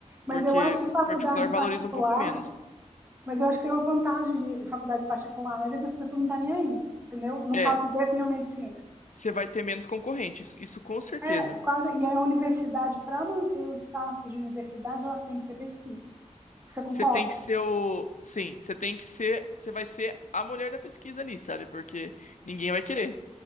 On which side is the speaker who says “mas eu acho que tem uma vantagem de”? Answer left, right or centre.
Right